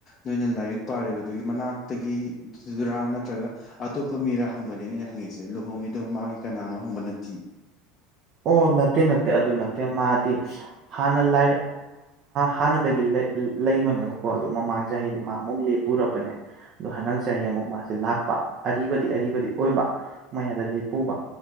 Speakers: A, on the left; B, on the right.
A: ꯅꯣꯏꯅ ꯂꯥꯏꯔꯤꯛ ꯄꯥꯔꯤꯕ ꯑꯗꯨꯒꯤ ꯃꯅꯥꯛꯇꯒꯤꯗꯨꯔꯥ ꯅꯠꯇ꯭ꯔꯒ ꯑꯇꯣꯞꯄ ꯃꯤꯔꯥ ꯍꯪꯕꯅꯦ ꯑꯩꯅ ꯍꯪꯉꯤꯁꯦ ꯂꯨꯍꯣꯡꯉꯤꯗꯣ ꯃꯥ ꯃꯥꯒꯤ ꯀꯅꯥꯅꯣ ꯍꯪꯕ ꯅꯠꯇꯦ
B: ꯑꯣ ꯅꯠꯇꯦ ꯅꯠꯇꯦ ꯑꯗꯨ ꯅꯠꯇꯦ ꯃꯥꯗꯤ ꯍꯥꯟꯅ ꯂ ꯍꯥꯟꯅꯗꯒꯤ ꯂꯩꯕꯅꯦꯕꯀꯣ ꯑꯣ ꯃꯃꯥꯡ ꯆꯍꯤꯗꯤ ꯃꯥ ꯑꯃꯨꯛ ꯂꯦꯞꯄꯨꯔꯕꯅꯦ ꯑꯗꯣ ꯍꯟꯗꯛ ꯆꯍꯤ ꯑꯃꯨꯛ ꯃꯥꯁꯦ ꯂꯥꯛ ꯂꯄ ꯑꯔꯤꯕꯗꯤ ꯑꯔꯤꯕꯗꯤ ꯑꯣꯏꯕ ꯃꯌꯥꯗ ꯂꯦꯞꯄꯨꯕ